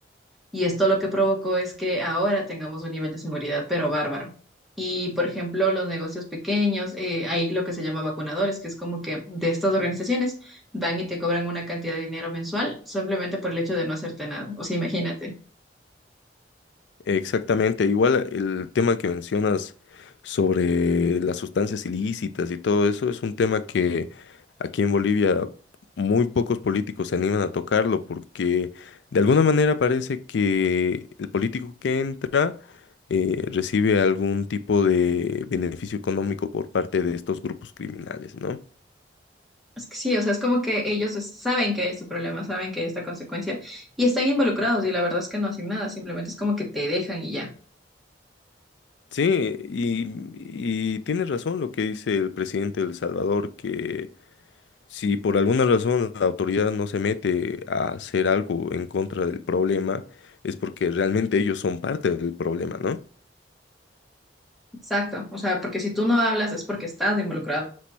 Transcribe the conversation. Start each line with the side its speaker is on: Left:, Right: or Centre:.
Centre: Y esto lo que provocó es que ahora tengamos un nivel de seguridad, pero bárbaro. Y, por ejemplo, los negocios pequeños, eh, hay lo que se llama vacunadores, que es como que de estas organizaciones van y te cobran una cantidad de dinero mensual simplemente por el hecho de no hacerte nada. O sea, imagínate.
Left: Exactamente, igual el tema que mencionas sobre las sustancias ilícitas y todo eso es un tema que aquí en Bolivia muy pocos políticos se animan a tocarlo porque de alguna manera parece que el político que entra eh, recibe algún tipo de beneficio económico por parte de estos grupos criminales, ¿no?
Centre: Es que sí, o sea, es como que ellos es- saben que hay este problema, saben que hay esta consecuencia y están involucrados y la verdad es que no hacen nada, simplemente es como que te dejan y ya.
Left: Sí, y, y tienes razón lo que dice el presidente de El Salvador, que Si por alguna razón la autoridad no se mete a hacer algo en contra del problema, es porque realmente ellos son parte del problema, ¿no?
Centre: Exacto. O sea, porque si tú no hablas es porque estás involucrado.